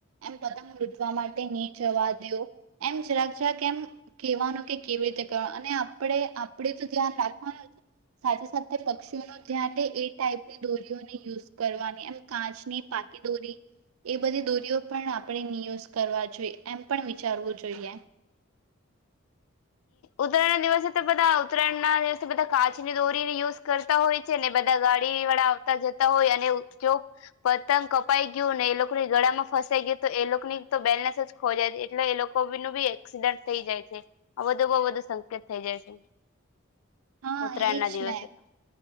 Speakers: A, on the right; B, on the left.
A: એમ પતાંગ લૂટવા માટે નહી જવા દો એમ જરા કેમ કવાનું કે કેવી રીતે કરવા અને આપણે આપણે તો ધ્યાન રાખવાનું સાથે સાથે પક્ષીઓનું ધ્યાન લે એ ટાઈપની દોરીઓને યુઝ કરવાની એમ કાચની પાકી દોરી એ બધી દોરીઓ પણ આપણે નિ યુઝ કરવા જોઈએ એમ પણ વિચારવું જોઈએ
B: ઉત્તરાયણના દિવસે તો બધા ઉત્તરાયણ ના દિવસે બધા કાચની દોરીને યુઝ કરતા હોય છે ને બધા ગાડી વાળા આવતા જતા હોય અને જો પતંગ કપાઈ ગયું ને એ લોકોની ગળામાં ફસાઈ ગયું તો એ લોકોની તો બેલેન્સ જ ખો જાય એટલે એ લોકો ન બી એક્સિડન્ટ થઈ જાય છે આ બધુ બહ વધુ સંકેત થઈ જાય છે
A: હા
B: ઉત્તરાયણ
A: એજ
B: ના દિવસે
A: ને
B: તો